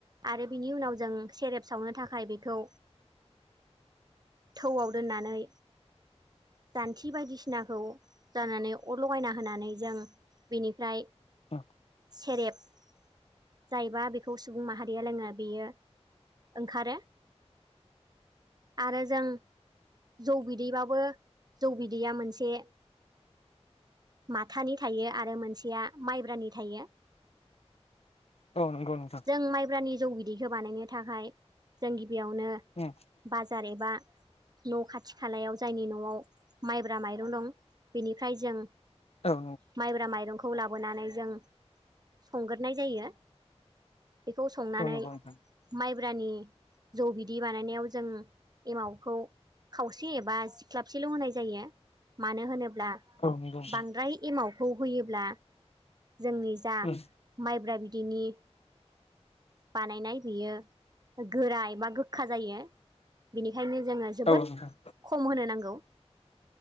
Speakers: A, on the right (about 35°); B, on the left (about 65°).
A: आरो बिनि उनाव जों सेरेप सावनो थाखाय बेखौ थौआव दोननानै जान्थि बायदिसिनाखौ जानानै अर लगायना होनानै जों बेनिफ्राय
B: उम
A: सेरेब जायोबा खौ सुबुं माहारिया लोङो बेयो ओंखारो आरो जों जौ बिदैबाबो जौ बिदैया मोनसे माथानि थायो आरो मोनसेया माइब्रानि थायो <inaudible>
B: औ नंगौ नोंथां
A: जों माइब्रानि जौ बिदैखौ बानायनो थाखाय जों गिबियावनो
B: <unintelligible>
A: बाजार एबा न' खाथि खालायाव जायनि न'आव माइब्रा माइरं दं बेनिफ्राय जों
B: औ औ
A: माइब्रा माइरंखौ लाबोनानै जों संगोरोनाय जायो बेखौ संनानै
B: औ नंगौ नोंथां
A: माइब्रानि जौ बिदै बानायनायाव जों एमावखौ खावसे एबा सिख्लाब खाथिल' होनाय जायो मानो होनोब्ला
B: औ नंगौ नोंथां
A: बांद्राय एमाव खौ होयोब्ला जोंनि जा
B: उम
A: माइब्रा बिदैनि बानायनाय बेयो गोराय बा गोखा जायो बिनिखायनो जोङो जोबोद
B: औ नोंथां
A: खम होनो नांगौ